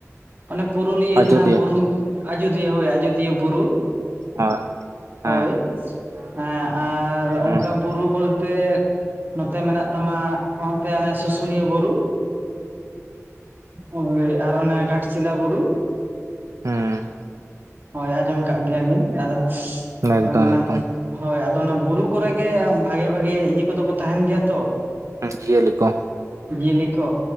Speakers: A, on the right; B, on the right.
A: ᱚᱱᱮ ᱯᱩᱨᱩᱞᱤᱭᱟᱹ
B: ᱟᱡᱚᱫᱤᱭᱟᱹ
A: ᱡᱟᱦᱟᱸ ᱵᱩᱨᱩ ᱟᱡᱚᱫᱤᱭᱟᱹ ᱦᱳᱭ ᱟᱡᱚᱫᱤᱭᱟᱹ᱾ ᱫᱤᱭᱟᱹ ᱵᱩᱨᱩ
B: ᱦᱳᱭ ᱦᱮᱸ
A: ᱦᱳᱭ᱾ ᱦᱮᱸ ᱟᱨ
B: ᱦᱮᱸ
A: ᱚᱱᱠᱟ ᱵᱩᱨᱩ ᱵᱚᱞ ᱛᱮᱜ ᱱᱚᱛᱮ ᱢᱮᱱᱟᱜ ᱛᱟᱢᱟ ᱦᱚᱸᱜᱚᱱᱛᱮ ᱦᱟᱱᱮ ᱥᱩᱥᱩᱱᱤᱭᱟᱹ ᱵᱩᱨᱩ᱾ ᱟᱨ ᱦᱳᱭ ᱟᱨ ᱚᱱᱮ ᱜᱷᱟᱴᱥᱤᱞᱟ ᱵᱩᱨᱩ᱾
B: ᱦᱮᱸ᱾
A: ᱦᱳᱭ ᱟᱸᱡᱚᱢ ᱠᱟᱜ ᱜᱮᱭᱟ ᱞᱤᱧ ᱟᱫᱚ
B: ᱦᱮᱸ ᱮᱠᱫᱚᱢ
A: ᱢᱟᱱᱮ
B: ᱮᱠᱫᱚᱢ
A: ᱦᱚᱭ ᱟᱫᱚ ᱚᱱᱟ ᱵᱩᱨᱩ ᱠᱚᱨᱮ ᱜᱮ ᱵᱷᱟᱜᱮ ᱵᱷᱟᱜᱮ ᱤᱭᱟᱹ ᱠᱚᱫᱚ ᱠᱚ ᱛᱟᱦᱮᱸᱱ ᱜᱮᱭᱟ ᱛᱚ᱾
B: ᱟᱨ ᱡᱤᱭᱟᱹᱞᱤ ᱠᱚ᱾
A: ᱡᱤᱭᱟᱹᱞᱤ ᱠᱚ